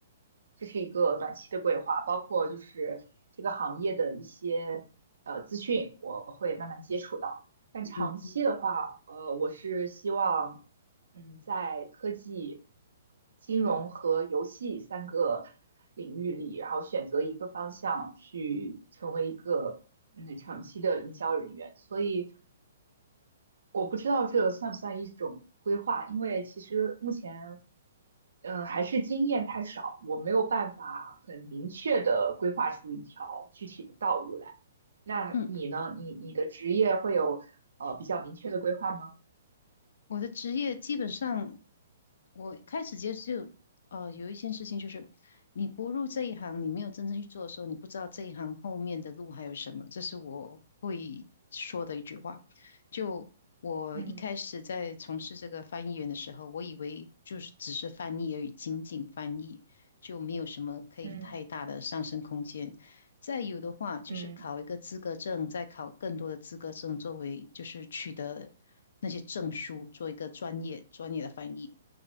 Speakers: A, on the right; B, on the left.
A: 这是一个短期的规划，包括就是这个行业的一些呃资讯，我会慢慢接触到。但长期的话，
B: 嗯哼
A: 呃，我是希望，嗯，在科技、金融和游戏三个。领域里，然后选择一个方向去成为一个嗯长期的营销人员。所以我不知道这算不算一种规划，因为其实目前呃还是经验太少，我没有办法很明确的规划出一条具体的道路来。那你呢？
B: 嗯，
A: 你你的职业会有呃比较明确的规划吗？
B: 我的职业基本上。我开始接触，呃，有一件事情就是，你不入这一行，你没有真正去做的时候，你不知道这一行后面的路还有什么。这是我会说的一句话。就我一开始在从事这个翻译员的时候，
A: 嗯
B: 我以为就是只是翻译而已，仅仅翻译，就没有什么可以太大的上升空间。
A: 嗯
B: 再有的话，就是考一个资格证，
A: 嗯
B: 再考更多的资格证，作为就是取得那些证书，做一个专业专业的翻译。